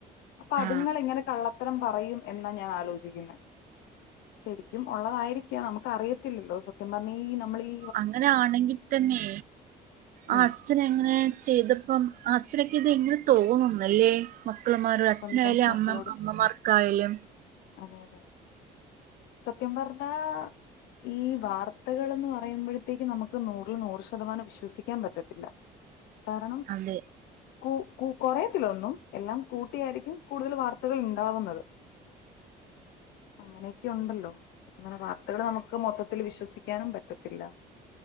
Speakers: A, on the left; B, on the right.
A: അപ്പൊ
B: ആ
A: അത്ങ്ങള് എങ്ങനെ കള്ളത്തരം പറയും എന്നാ ഞാൻ ആലോചിക്കുന്നെ ശെരിക്കും ഉള്ളതായിരിക്കാം നമുക്ക് അറിയത്തില്ലല്ലോ സത്യം പറഞ്ഞാ ഈ നമ്മളീ
B: അങ്ങനെ ആണെങ്കി തന്നെ
A: ഉം
B: ആഹ് അച്ഛന് അങ്ങനെ ചെയ്തപ്പം ആ അച്ഛനൊക്കെ ഇത് എങ്ങനെ തോന്നുന്നല്ലേ മക്കളമാരും അച്ഛനായാലും
A: സ്വന്തം മക്കളോട്
B: അമ്മ അമ്മമാർക്കായാലും
A: ചെയ്യാൻ അതെ അതെ സത്യം പറഞ്ഞാ ഈ വാർത്തകളെന്ന് പറയുമ്പോഴത്തേക്ക് നമുക്ക് നൂറിൽ നൂറ് ശതമാനം വിശ്വസിക്കാൻ പറ്റത്തില്ല. കാരണം
B: അതെ
A: കൂ കു കൊറയത്തിലൊന്നും എല്ലാം കൂട്ടിയായിരിക്കും കൂടുതല് വാർത്തകൾ ഇണ്ടാവുന്നത് അങ്ങനെയൊക്കെ ഉണ്ടല്ലോ സത്യം പറഞ്ഞാ വാർത്തകള് നമുക്ക് മൊത്തത്തിൽ വിശ്വസിക്കാനും പറ്റത്തില്ല